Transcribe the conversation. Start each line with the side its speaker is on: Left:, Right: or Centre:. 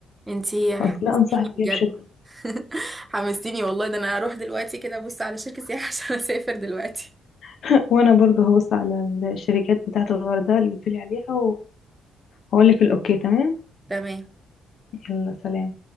Right: انتي
Left: فأنص-
Right: حمستيني
Left: لا انصحك
Right: بجد
Left: بيها بشدة
Right: <laughs> حمستيني والله ده انا هروح دلوقتي كده ابص على شركة سياحة <laughs> عشان اسافر دلوقتي
Left: <laughs> وانا برضو هبص على الشركات بتاعة الغردقة اللي قلتلي عليها وهقولك الاوكي تمام
Right: تمام
Left: يلا سلام